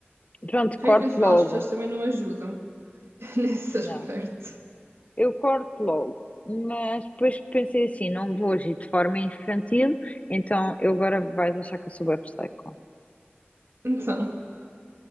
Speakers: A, on the left; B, on the right.
A: pronto, corto
B: Regra geral,
A: logo.
B: as pessoas também não ajudam <laughs> nesse aspecto.
A: Não, eu corto logo, mas depois pensei assim: não vou agir de forma infantil, então eu agora vais achar que eu sou bué psycho.
B: Então,